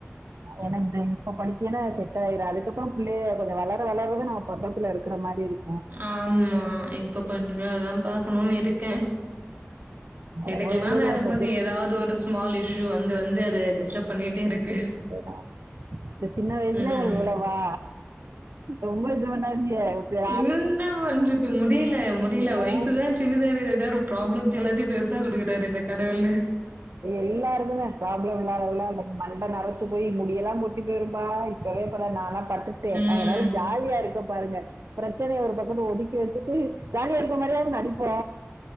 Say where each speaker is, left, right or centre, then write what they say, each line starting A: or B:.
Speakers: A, on the right; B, on the right.
A: ஏன்னா இந்த இப்ப படிச்சியன்னா அது செட் ஆயிரு அதுக்கப்றோ பிள்ளைக கொஞ்சோ வளர வளரதா நம்ம பக்கத்துல இருக்கற மாரி இருக்
B: ஆம்மா இப்ப கொஞ்சோ இதா பாக்கணுன் இருக்க எடுக்கலான்
A: ஒவ்வொரு பிள்ளைகளுக்கு
B: வரும்போது ஏதாவது ஒரு ஸ்மால் இஷ்யூ வந்து வந்து அத டிஸ்டர்ப் பண்ணிட்டே இருக்கு
A: ஆ இந்த சின்ன வயசுலே
B: ம்
A: உங்களுக்கு இவ்ளவா ரொம்ப இது பண்ணாதீக ஓகே
B: என்ன பண்றது முடியல முடியல
A: ஆ
B: வயசுதா சின்னதா இருக்கற ஏதா ஒரு ப்ராப்ளத்த எல்லாத்தையு பெருசா குடுக்குறாரு இந்த கடவுளு
A: எல்லாருக்கு தா ப்ராப்ளம் இல்லாதவள மண்ட நெரச்சு போய் முடியெல்லா கொட்டி போய்ரு பாய் கவே பட நானா பட்டுட்டே
B: ம்
A: அதனால ஜாலியா இருக்க பாருங்க பிரச்சனைய ஒரு பக்கோட ஒதுக்கி வச்சுட்டு ஜாலியா இருக்க மாரியாது நடிப்போ